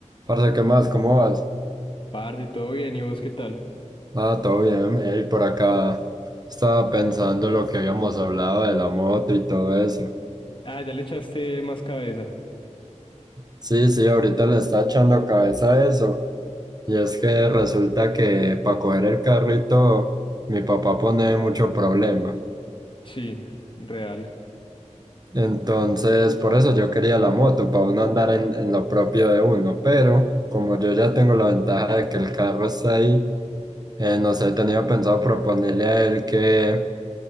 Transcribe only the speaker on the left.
Parce, todo bien, ¿y vos qué tal?
Ah, ya le echaste más cabeza.
Sí, real.